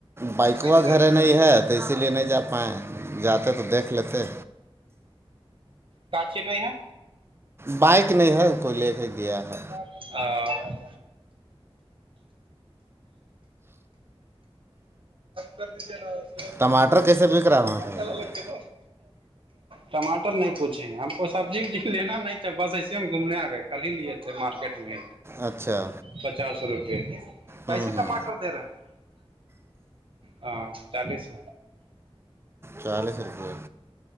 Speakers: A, on the right; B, on the right.
A: بائکوا
B: دے رہے
A: گھر
B: ہو
A: نہیں ہے تو اسی لیے نہیں جا پائائے جاتے تو دیکھ لیتے
B: کا چ نہیں ہے
A: بائک نہیں ہے اس کو لے کے گیا ہے
B: <unintelligible> آپ کر دیجے نا اس
A: ٹماٹر کیسے بک رہا ہے وہاں پہ
B: کے ٹماٹر نہیں پوچھ اچی ہم کو سبزی وبزی لینا نہیں ہے بس ایسے ہم گھومنے آ گئے کل ہی لیے تھے مارکیٹ میں
A: اچھا
B: پچاس روپے کیسے
A: ہوں ہوں
B: ٹماٹر دے رہے ہاں چالیس
A: چالیس روپے